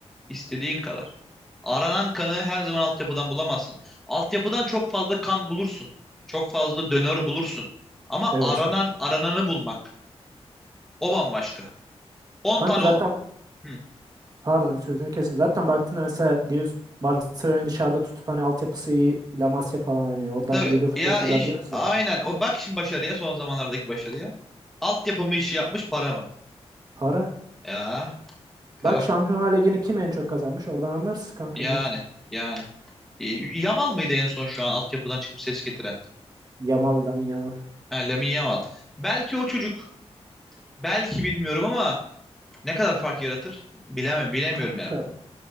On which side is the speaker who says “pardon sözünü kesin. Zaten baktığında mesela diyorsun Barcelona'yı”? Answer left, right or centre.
Right